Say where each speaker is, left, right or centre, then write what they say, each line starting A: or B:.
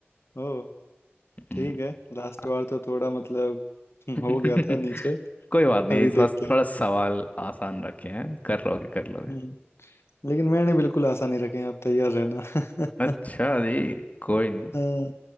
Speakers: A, on the left; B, on the left.
A: ओ
B: हम्म,
A: ठीक है लास्ट
B: हाँ।
A: बार तो थोड़ा मतलब
B: <laughs>
A: हो गया था नीचे
B: कोई बात नहीं
A: अभी
B: इस बार
A: देखते हैं
B: थोड़ा सवाल आसान रखे हैं कर लोगे कर लोगे
A: हम्म, लेकिन मैंने बिल्कुल आशा नहीं रखे हैं, आप तैयार रहना
B: अच्छा
A: <laughs>
B: जी कोई नहीं
A: हाँ,